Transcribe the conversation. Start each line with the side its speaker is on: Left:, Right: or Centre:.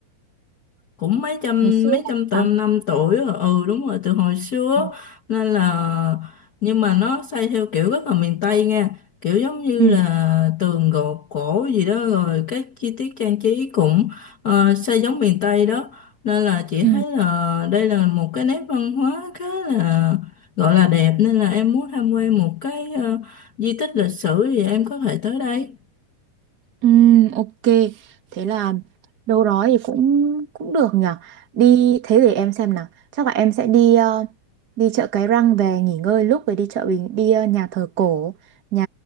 Left: cũng mấy trăm
Right: ngày xưa ấy
Left: mấy trăm tôm
Right: hả
Left: năm tuổi rồi ừ đúng rồi từ hồi xưa
Right: ừ
Left: nên là nhưng mà nó xây theo kiểu rất là miền Tây nha kiểu giống như
Right: ừ
Left: là tường gột cổ gì đó rồi các chi tiết trang trí cũng ờ, xây giống miền Tây đó nên là chị
Right: ừ
Left: thấy là đây là một cái nét văn hóa khá là gọi là đẹp nên là em muốn tham quan một cái ờ, di tích lịch sử thì em có thể tới đây
Right: Ừm, ok thế là đâu đó thì cũng cũng được nhỉ đi thế để em xem nào chắc là em sẽ đi ờ, đi chợ Cái Răng về nghỉ ngơi lúc rồi đi chợ Bình đi ờ, nhà thờ cổ nhà